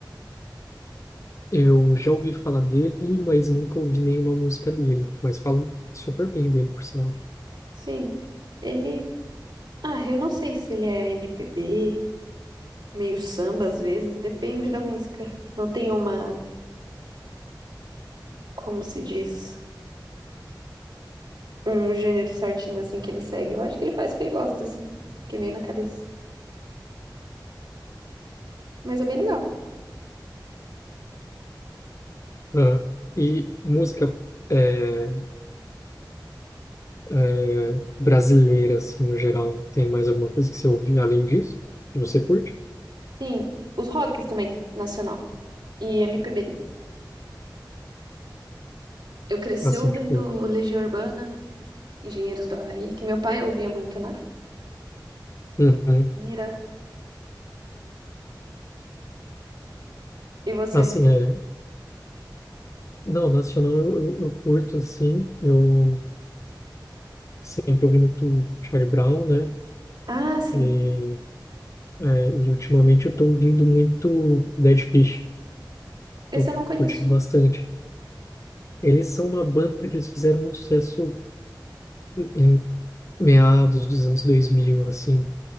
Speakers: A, on the left; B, on the right.
A: Eu já ouvi falar dele, mas nunca ouvi nenhuma música dele, mas falam super bem dele, por sinal.
B: Sim. Ele Ah, eu não sei se ele é MPB, meio samba às vezes, depende da música. Não tem uma, como se diz, um gênero certinho assim que ele segue. Eu acho que ele faz o que ele gosta, assim, que vem na cabeça. Mas é bem legal.
A: Aham. E música é, é, brasileira, assim, no geral, tem mais alguma coisa que você ouve além disso? Que você curte?
B: Sim, os rocks também, nacional. E MPB. Eu cresci
A: Assim,
B: ouvindo
A: tipo,
B: Legião Urbana, Engenheiros do Havaí, que meu pai ouvia muito, né?
A: uhum.
B: Ira. E você?
A: Assim, é. Não, nacional eu, eu, eu curto, assim, eu sempre ouvi muito Charlie Brown, né?
B: Ah, sim.
A: E, é, e ultimamente eu tô ouvindo muito Dead Fish,
B: Esse
A: tô
B: eu não conheço.
A: curtindo bastante. Eles são uma banda que eles fizeram muito sucesso em meados dos anos 2000 assim,